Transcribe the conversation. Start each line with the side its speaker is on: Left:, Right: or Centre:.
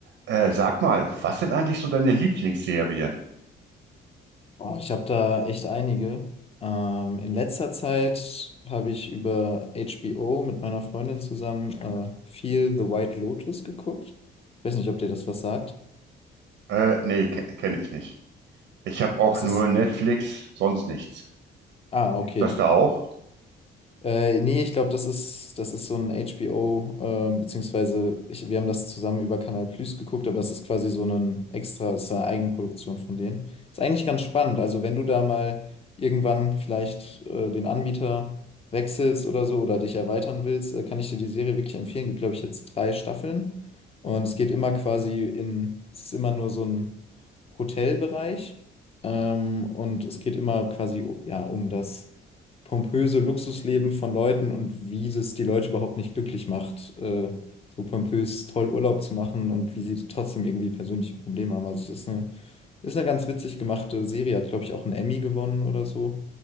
Right: Äh, sag mal, was sind eigentlich so deine Lieblingsserien?
Left: Oh, ich habe da echt einige. Ähm, in letzter Zeit habe ich über HBO mit meiner Freundin zusammen äh, viel The White Lotus geguckt. Ich weiß nicht, ob dir das was sagt.
Right: Äh, nee, ke kenne ich nicht. Ich habe auch
Left: Das
Right: nur
Left: ist.
Right: Netflix, sonst nichts.
Left: Ah, okay.
Right: Gibt das da auch?
Left: Äh, nee, ich glaube, das ist, das ist so ein HBO, ähm, beziehungsweise ich, wir haben das zusammen über Canal Plus geguckt, aber das ist quasi so ein extra, das ist eine Eigenproduktion von denen. Ist eigentlich ganz spannend. Also wenn du da mal irgendwann vielleicht äh, den Anbieter wechselst oder so oder dich erweitern willst, äh, kann ich dir die Serie wirklich empfehlen. Gibt, glaube ich, jetzt drei Staffeln und es geht immer quasi in, es ist immer nur so ein Hotelbereich ähm, und es geht immer quasi ja, um das pompöse Luxusleben von Leuten und wie das die Leute überhaupt nicht glücklich macht, äh, so pompös toll Urlaub zu machen und wie sie trotzdem irgendwie persönliche Probleme haben. Also es ist eine ist eine ganz witzig gemachte Serie, hat, glaube ich, auch einen Emmy gewonnen oder so.